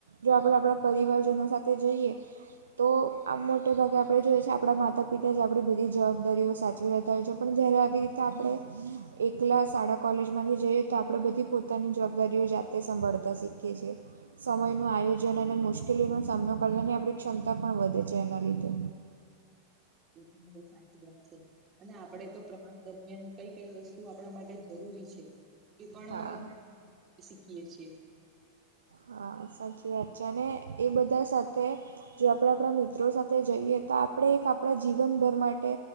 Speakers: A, on the right; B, on the right.
A: જો આપણે આપણા પરિવારજનો સાથે જઈએ. તો આમ મોટે ભાગે આપણે જોઈએ છે આપણા માતા પિતા જ આપણી બધી જવાબદારીઓ સાચવી રહેતા હોય છે. પણ જ્યારે આવી રીતે આપણે, એકલા શાળા કોલેજ માંથી જઈયે તો આપણે બધી પોતાની જવાબદારીઓ જાતે સંભાળતા શીખીએ કે છે
B: હા
A: સમયનું આયોજન અને મુશ્કેલ મુશ્કેલીનો સામનો કરવાની આપણી ક્ષમતા પણ વધે છે એના લીધે
B: એ પણ મને સાચી છે અને આપડે તો પ્રવાસ દરમિયાન કઈ કઈ વસ્તુ આપણા માટે જરૂરી છે. એ પણ
A: હા
B: શીખીએે છીએ.
A: હા સાચી વાત છે અને એ બધા સાથે જો આપણા આપણા મિત્રો સાથે જઈએ તો આપણે એક આપણા જીવન ભર માટે